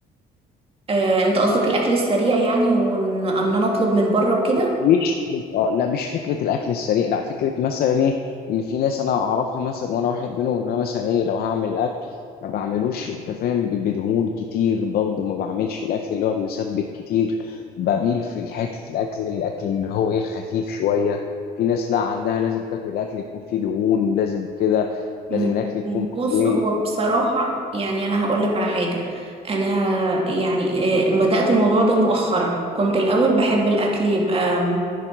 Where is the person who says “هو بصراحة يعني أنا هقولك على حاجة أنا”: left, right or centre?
Right